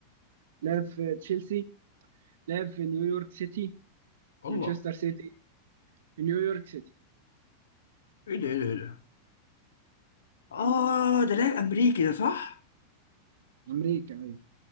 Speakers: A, on the right (about 60°); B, on the left (about 65°).
A: لعب في تشيلسي لعب في نيويورك سيتي
B: الله
A: مانشستر سيتي نيويورك سيتي
B: ايه ده ايه ده ايه ده اه ده لاعب امريكي ده صح
A: امريكا أيوة.